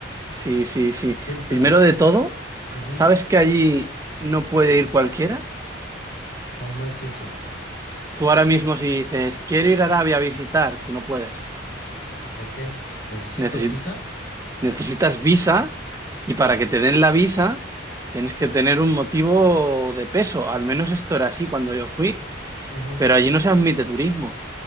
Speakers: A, on the right (about 15°); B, on the left (about 50°).
A: Sí, sí, sí.
B: Cuéntame
A: Primero
B: por
A: de todo,
B: qué. Ujú.
A: ¿sabes que allí no puede ir cualquiera?
B: ¿Cómo es eso?
A: Tú ahora mismo si dices, quiero ir a Arabia a visitar, tú no puedes.
B: ¿Por qué? ¿Necesito
A: Necesi-
B: visa?
A: necesitas visa y para
B: Ujú,
A: que te den la visa tienes que tener un motivo de peso. Al menos esto era así cuando yo fui,
B: ujú.
A: pero allí no se admite turismo.